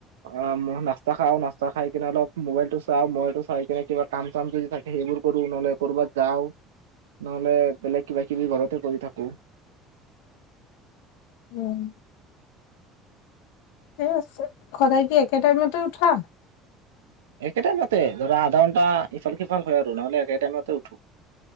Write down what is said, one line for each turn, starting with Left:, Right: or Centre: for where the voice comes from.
Right: অ মই নাস্তা খাওঁ, নাস্তা খাই কিনে অলপ মোবাইলটো চাওঁ। মোবাইলটো চাই কিনে কিবা কাম চাম যদি থাকে সেইবোৰ কৰোঁ, নহলে কৰবাত যাওঁ, নহলে বেলেগ কিবা কিবি ঘৰতে কৰি থাকোঁ।
Left: উম। এই আছে, সদায় কি একে টাইমতে উঠা?
Right: একে টাইমতে। ধৰা আধা ঘণ্টা ইফাল সিফাল হয় আৰু নহলে একে টাইমতে উঠো।